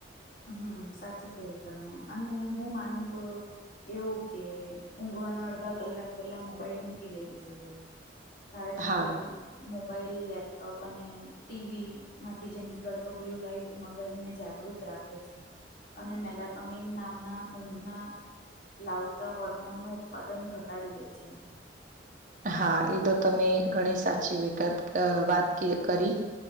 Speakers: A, on the left (about 45°); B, on the right (about 40°).
A: હમ્મ સાચું ક્યું તમને અને હું માનું તો એવું કે ઊંઘવાના અડધા કલાક પહેલા મોબાઈલ મૂકી દેવું જોઈએ. કારણ
B: હા
A: કે મોબાઈલ લેપટોપ અને ટી વી માંથી જે નીકળતો બ્લ્યુ લાઈટ મગજને જાગૃત રાખ ખે છે અને મેલાટોનીન નામના ઊંઘના લાઉ તા હોર્મોનનું ઉત્પાદન ઘટાડી દે છે.
B: હા એ તો તમે ઘણી સાચી વિગત વાત કરી